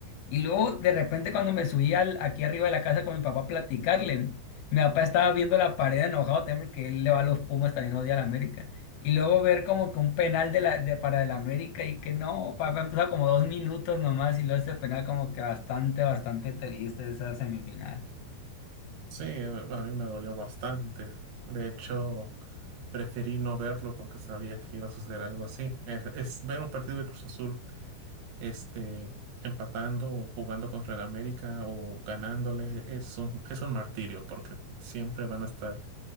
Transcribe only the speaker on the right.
Sí, eh, a mí me dolió bastante. De hecho, preferí no verlo porque sabía que iba a suceder algo así. Es es ver un partido de Cruz Azul este, empatando o jugando contra el América o ganándole es un, es un martirio porque siempre van a estar